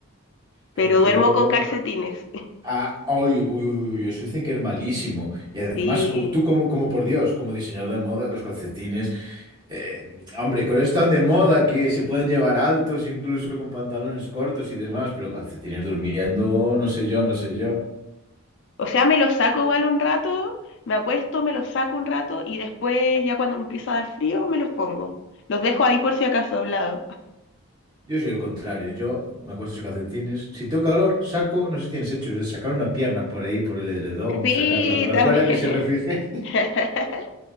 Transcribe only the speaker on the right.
Pues
yo...
Ah, uy, uy, uy, uy, uy, eso dicen que es malísimo. Y además,
como, tú como, como por Dios, como diseñador de moda, los calcetines, eh, hombre, con esto tan de moda que se pueden llevar altos, incluso con pantalones cortos y demás, pero calcetines durmiendo, no sé yo, no sé yo.
Yo soy el contrario, yo me acuesto sin calcetines. Si tengo calor, saco, no sé si tienes hecho, es de sacar una pierna por ahí, por el edredón,
sacarla para
afuera, que se refrige.